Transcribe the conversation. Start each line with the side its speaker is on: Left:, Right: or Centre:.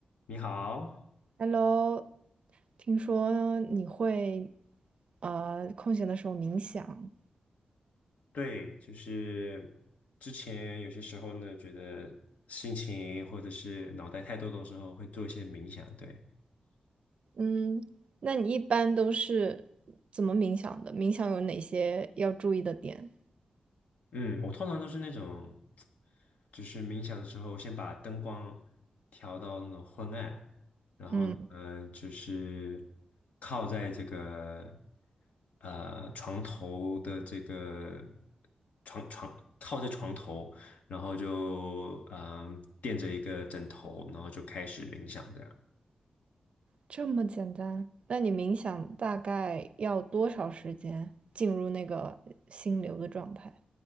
Left: 你好，
Right: Hello，听说你会呃空闲的时候冥想，
Left: 对，就是之前有些时候呢，觉得心情或者是脑袋太多的时候，会做一些冥想，对，
Right: 嗯，那你一般都是怎么冥想的？冥想有哪些要注意的点？
Left: 嗯，我通常都是那种，就是冥想的时候，先把灯光调到那种昏暗，然后呢，
Right: 嗯，
Left: 呃就是靠在这个呃床头的这个床床靠在床头，然后就嗯、呃垫着一个枕头，然后就开始冥想这样。
Right: 这么简单？那你冥想大概要多少时间进入那个心流的状态？